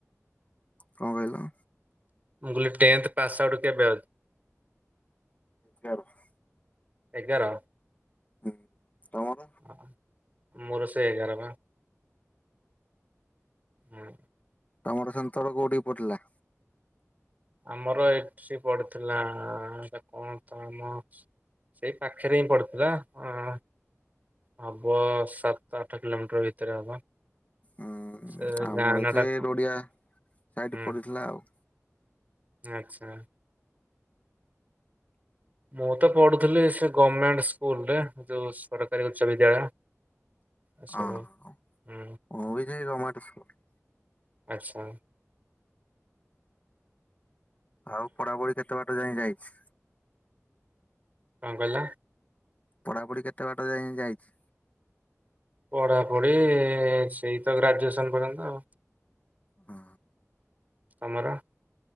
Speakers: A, on the left; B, on the right.
A: କଣ କହିଲ?
B: ମୁଁ କହିଲି ଟେନଥ ପାସ୍ ଆଉଟ କେବେ ଅ?
A: କାହାର?
B: ଏଗାର
A: ହୁଁ। ତମର
B: ହ ମୋର ସେ ଏଗାର ବା ହୁଁ।
A: ତମର ସେଣ୍ଟର କୋଉଠିକି ପଡିଥିଲା?
B: ଆମର ଏଠି ପଡିଥିଲା ହେଟା କଣ ତ ଆମ ସେଇ ପାଖରେ ହିଁ ପଡିଥିଲା ଅଁ ହବ ସାତ ଆଠ କିଲୋମିଟର ଭିତରେ ହବ
A: ହୁଁ
B: ସେ
A: ଆମର
B: ଗାଁ ନାଁ
A: ସେ
B: ଟା କଣ?
A: ରୂଢିଆ ସାଇଡ
B: ହୁଁ
A: ପଡିଥିଲା ଆଉ
B: ଆଚ୍ଛା। ମୁଁ ତ ପଢୁଥିଲି ସେ ଗଭର୍ଣମେଣ୍ଟ ସ୍କୁଲରେ ଯୋଉ ସରକାରୀ ଉଚ୍ଚ ବିଦ୍ୟାଳୟ ଏସବୁ
A: ହଁ ହ
B: ହୁଁ
A: ମୁଁ ବି ସେଇ ଗର୍ମେଣ୍ଟ ସ୍କୁଲ ରେ
B: ଆଚ୍ଛା।
A: ଆଉ ପଢାପଢି କେତେ ବାଟ ଯାଏଁ ଯାଇଛି?
B: କଣ କହିଲ?
A: ପଢାପଢି କେତେ ବାଟ ଯାଏଁ ଯାଇଛି?
B: ପଢାପଢି ସେଇ ତ ଗ୍ରାଜୁଏସନ ପର୍ଯ୍ୟନ୍ତ ଆଉ
A: ହ।
B: ତମର?